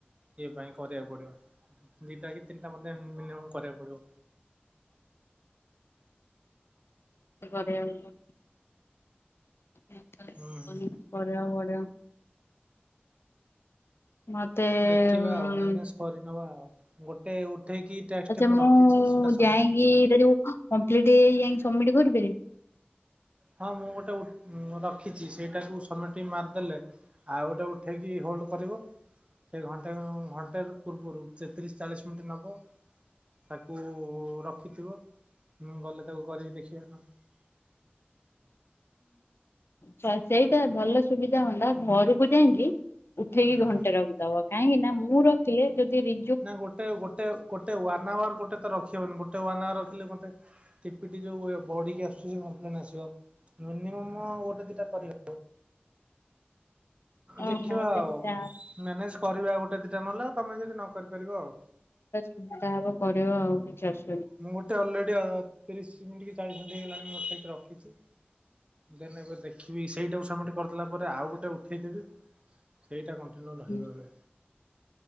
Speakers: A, on the right (about 30°); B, on the left (about 80°).
A: ଇଏ ପାଇଁ କରିବାକୁ ପଡ଼ିବ। ଦିଟା କି ତିନିଟା ମତେ ମିନିମମ୍ କରିବାକୁ ପଡ଼ିବ।
B: <unintelligible> କରିବାକୁ
A: ହୁଁ ହୁଁ
B: ପଡ଼ିବ ମତେ
A: ଦେଖିବା
B: ଉଁ
A: ଆଉ ମ୍ୟାନେଜ କରିନବା ଆଉ ଗୋଟେ ଉଠେଇକି ଟ୍ୟାକ୍ସଟେ
B: ଆଚ୍ଛା ମୁଁ
A: ରଖିଛି ସେଟା ସବମିଟ
B: ଯାଇଙ୍କି ଏଇଟା ଯୋଉ କମ୍ପ୍ଲିଟ ହେଇ ଯାଇକି ସବମିଟ୍ କରିପାରିବି?
A: ହଁ ମୁଁ ଗୋଟେ ଉ ରଖିଛି ସେଇଟାକୁ ସବମିଟି ମାରିଦେଲେ ଆଉ ଗୋଟେ ଉଠେଇକି ହୋଲ୍ଡ କରିବ। ସେଇ ଘଣ୍ଟେ ଉଁ ଘଣ୍ଟେରୁ ପୂର୍ବରୁ ଚେ ତିରିଶ ଚାଳିଶ ମିଣ୍ଟି ନବ। ତାକୁ ରଖିଥିବ ମୁଁ ଗଲେ ତାକୁ କରିକି ଦେଖିଆ ନହେନେ। <unintelligible>
B: ସ ସେଇଟା ଭଲ ସୁବିଧା ହୁଅନ୍ତା ଘରକୁ ଯାଇଙ୍କି ଉଠେଇକି
A: ଓହୋ।
B: ଘଣ୍ଟେ ର ଦବ କାହିଁକିନା ମୁଁ ରଖିଲେ ଯଦି ରି
A: ନା ଗୋଟେ ଗୋଟେ ଗୋଟେ ୱାନ୍ ଆୱାର ଗୋଟେ ତ ରଖି ହବନି ଗୋଟେ ୱାନ୍ ଆୱାର ରଖିଲେ ମତେ ଟିପିଟି ଯୋଉ ବଢ଼ିକି ଆସୁଛି କପ୍ଲେନ ଆସିବ ମିନିମମ୍ ଗୋଟେ ଦିଟା କରିହ ଦେଖିବା
B: ଓହୋ ଦେଖିଆ।
A: ଆଉ। ମ୍ୟାନେଜ କରିବା ଆଉ ଗୋଟେ ଦିଟା ନହେଲେ ଆଉ ତମେ ଯଦି ନ କରିପାରିବ ଆଉ।
B: ହ ତା ହବ କରିବ ଆଉ କିଛି ଆସୁ
A: ମୁଁ ଗୋଟେ ଅଲରେଡ଼ି ତିରିଶ ମିନିଟ୍ କି ଚାଳିଶ ମିଣ୍ଟି ହେଇଗଲାଣି ମୁଁ ଅଟକେଇକି ରଖିଛି ଦେ ଏବେ ଦେଖିବି ସେଇଟାକୁ ସବମିଟ କରିଦଲା ପରେ ଆଉ ଗୋଟେ ଉଠେଇଦେବି ସେଇଟା କଣ୍ଟିନ୍ୟିୁ ରହିବ
B: ହୁଁ
A: ଏବେ